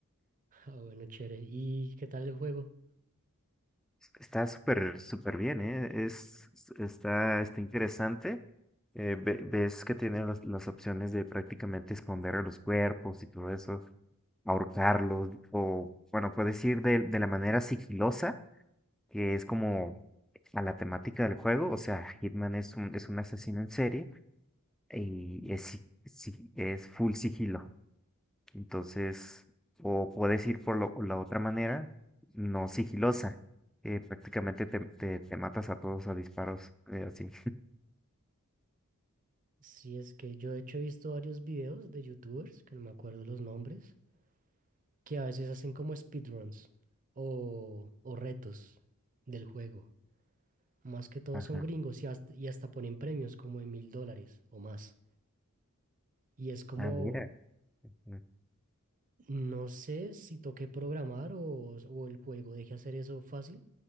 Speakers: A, on the right; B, in the centre.
A: Ah, bueno, chévere. ¿Y qué tal el juego?
B: Está súper, súper bien, eh, es, es- está, está interesante. Eh, ve- ves que tiene las, las opciones de prácticamente esconder a los cuerpos y todo eso, ahorcarlos, o bueno, puedes ir de, de la manera sigilosa que es como a la temática del juego, o sea, Hitman es un, es un asesino en serie y es, si- si- es full sigilo. Entonces, o puedes ir por lo- la otra manera, no sigilosa, que prácticamente te, te, te matas a todos a disparos, eh, así.
A: Si es que yo de hecho he visto varios videos de youtubers, que no me acuerdo los nombres, que a veces hacen como speedruns o, o retos del juego. Más que todo
B: Ajá.
A: son gringos y hasta, y hasta ponen premios como de mil dólares o más. Y es como,
B: Ah, mira. Mm.
A: no sé si toqué programar o, o el juego deje hacer eso fácil,